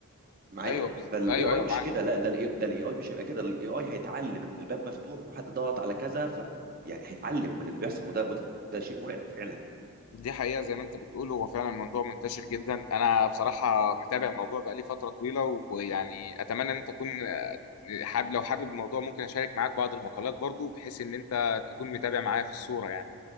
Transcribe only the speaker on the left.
ايوه بز...
ايوه
ايوه
معاك
دي حقيقة زي ما انت بتقول هو فعلا موضوع منتشر جدا انا بصراحة متابع الموضوع بقالي فترة طويلة ويعني اتمنى ان انت تكون حابب لو حابب الموضوع ممكن اشارك معاك بعض المقالات برضو بحيث ان انت تكون متابع معايا في الصورة يعني